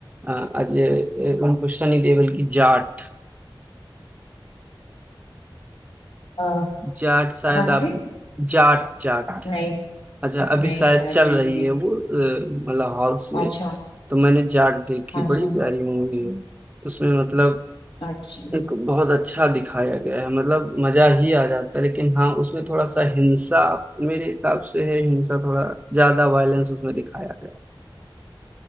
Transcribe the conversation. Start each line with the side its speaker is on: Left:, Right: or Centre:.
Right: अ, अजय अ, उनको सनी देओल की जाट
Left: अ,
Right: जाट शायद
Left: कौन
Right: आप
Left: सी
Right: जाट जाट
Left: नहीं
Right: अच्छा अभी
Left: नहीं
Right: शायद
Left: शायद
Right: चल
Left: मैंने
Right: रही
Left: नहीं
Right: है
Left: देखी।
Right: वो अ, मतलब हॉल्स में
Left: अच्छा
Right: तो मैंने जाट देखी
Left: अच्छा
Right: बड़ी प्यारी मूवी है उसमें मतलब
Left: अच्छा
Right: एक बहुत अच्छा दिखाया गया है मतलब मजा ही आ जाता है लेकिन हाँ उसमें थोड़ा सा हिंसा मेरे हिसाब से है हिंसा थोड़ा ज्यादा वायलेंस उसमें दिखाया गया है।